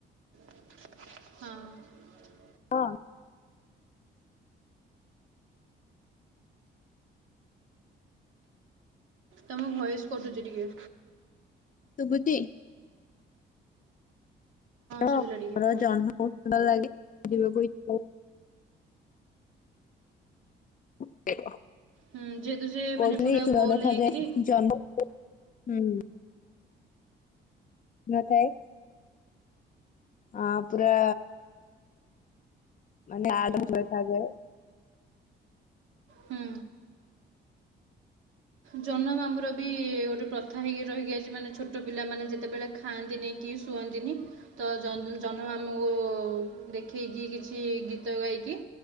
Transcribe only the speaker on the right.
ହଁ।
ତମ ଭଏସ କଟୁଚି ଟିକେ।
ଶୁଭିଲା
ଟିକେ କୁହ
ହୁଁ ଯେହେତୁ ସେ
ମାନେ ପୁରା
ଗୋଲ
ହେଇକିରି
ହୁଁ। ଜହ୍ନ ମାମୁଁ ର ବି ଗୋଟେ ପ୍ରଥା ହେଇକି ରହିକି ଆଇଚି ମାନେ ଛୋଟୋ ପିଲାମାନେ ଯେତେବେଳେ ଖାଆନ୍ତିନି କି କି ଶୁଅନ୍ତିନି ତ ଜହ୍ନ ଜହ୍ନ ମାମୁଁଙ୍କୁ ଦେଖେଇକି କିଛି ଗୀତ ଗାଇକି